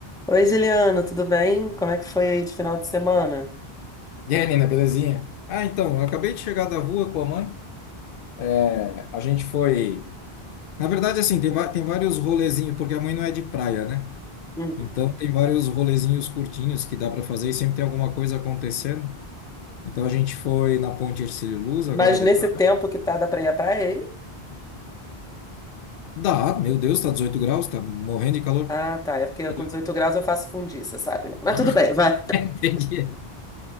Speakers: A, in the centre; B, on the left.
A: Oi, Juliana, tudo bem? Como é que foi aí de final de semana?
B: E aí, Nina, belezinha? Ah, então, eu acabei de chegar da rua com a mãe. É, a gente foi. Na verdade, assim, tem, va- tem vários rolezinhos, porque a mãe não é de praia, né?
A: Hum.
B: Então, tem vários rolezinhos curtinhos que dá para fazer e sempre tem alguma coisa acontecendo. Então, a gente foi na Ponte Hercílio Luz, agora
A: Mas
B: de
A: nesse
B: tarde.
A: tempo que tá, dá pra ir à praia? aí?
B: Dá, meu Deus, tá 18 graus, tá morrendo de calor.
A: Ah, tá. É porque
B: Tá
A: com
B: doido.
A: 18 graus eu faço fundiça, sabe? né? Mas
B: <laughs>
A: tudo bem, vai.
B: Ah, entendi.